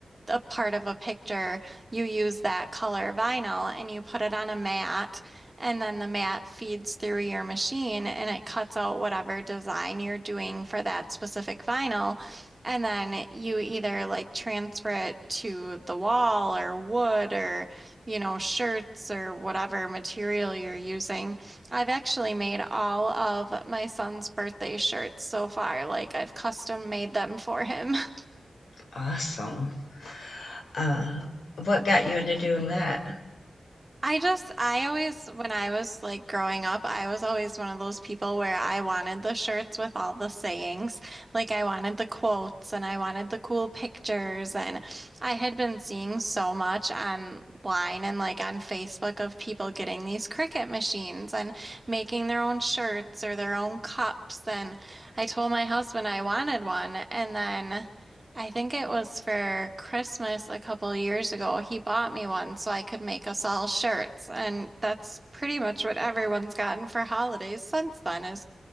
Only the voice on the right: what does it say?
a part of a picture, you use that color vinyl and you put it on a mat, and then the mat feeds through your machine and it cuts out whatever design you're doing for that specific vinyl. And then you either like transfer it to the wall or wood or, you know, shirts or whatever material you're using. I've actually made all of my son's birthday shirts so far. Like I've custom made them for him. <laughs>
I just, I always, when I was like growing up, I was always one of those people where I wanted the shirts with all the sayings. Like I wanted the quotes and I wanted the cool pictures. And I had been seeing so much online and like on Facebook of people getting these Cricut machines and making their own shirts or their own cups. And I told my husband I wanted one. And then I think it was for Christmas a couple years ago. He bought me one so I could make us all shirts, and that's pretty much what everyone's gotten for holidays since then is